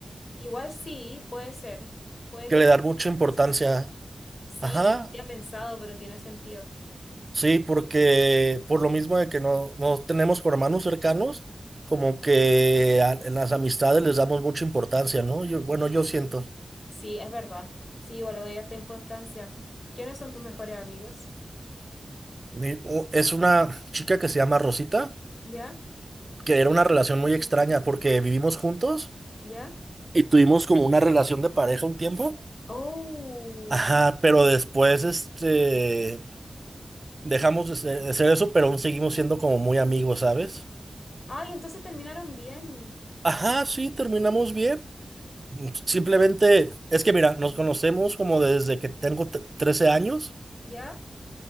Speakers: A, on the left; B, on the right.
A: Igual sí, puede ser. Puede
B: Que
A: que
B: le
A: esté
B: dan mucha importancia.
A: asociado. Sí,
B: Ajá,
A: no lo había pensado, pero tiene sentido.
B: sí, porque por lo mismo de que no, no tenemos hermanos cercanos, como que a- en las amistades les damos mucha importancia, ¿no? Yo, bueno, yo siento.
A: Sí, es verdad. Sí, igual le doy harta importancia. ¿Quiénes son tus mejores amigos?
B: Mi- u- es una chica que se llama Rosita,
A: ¿Ya?
B: que era una relación muy extraña porque vivimos juntos.
A: ¿Ya?
B: Y tuvimos como una relación de pareja un tiempo.
A: Oh.
B: Ajá, pero después, este, dejamos de ser, de ser eso, pero aún seguimos siendo como muy amigos, ¿sabes?
A: Ay, entonces terminaron bien.
B: Ajá, sí, terminamos bien. Mm, Simplemente, es que mira, nos conocemos como desde que tengo t- 13 años
A: ¿Ya?